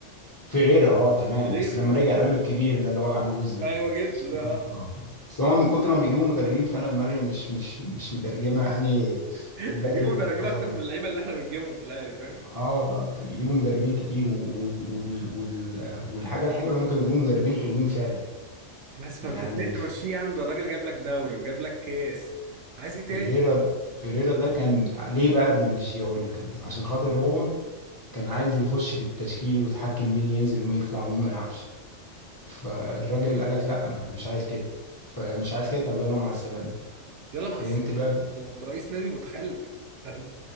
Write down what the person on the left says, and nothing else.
فيريرا اه تمام
بس لما رجع الراجل الكبير اللي اللي هو العنجوز ده
افتكرت
اه بس هما من كتر ما بيجيبوا مدربين فانا دماغي مش مش مش مترجمه اني
مدرب
الاول
من
اه والله كان بيجيبوا مدربين كتير و... و... وال... وال... والحاجه الحلوه اللي هما كانوا بيجيبوا مدربين حلوين فعلا
يعني
فيريرا فيريرا ده كان ليه بقى بيمشيه اقول لك انا عشان خاطر هو كان عايز يخش في التشكيل ويتحكم مين ينزل ومين يطلع ومين ما يلعبش فالراجل قال لك لا أنا مش عايز كده فمش عايز كده طب يلا مع السلامه
فهمت
بقى